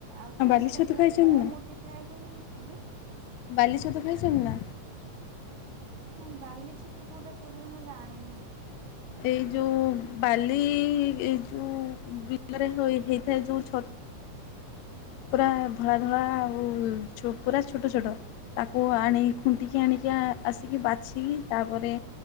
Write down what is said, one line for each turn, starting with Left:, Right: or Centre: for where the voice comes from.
Right: ଆଉ ତାସହିତ
Left: ବାଲି ଛତୁ
Right: ଟା ବୋହୁତ
Left: ଖାଇଛନ୍ତି
Right: କମ ଉଠିଥାଏ ବୋଲି ଆଜ୍ଞା
Left: ବାଲିଛତୁ ଖାଇଚନ୍ତି ନା?
Right: ନାଇଁ ବାଲି ଛୋଟୁ କୋଉଟା କୋହୁଛନ୍ତି ମୁଁ ଜାଣିନି।
Left: ଏଇ ଯୋଉ ବାଲି ଏଇ ଯୋଉ ବିଲରେ ହେଇଥାଏ ଯୋଉ ଛ ପୁରା ଧଳା ଧଳା ଆଉ ପୁରା ଛୋଟ ଛୋଟ ତାକୁ ଆଣି ଖୁଣ୍ଟିକି ଆଣି ଟିକି ଆସିକି ବାଛିକି ତାପରେ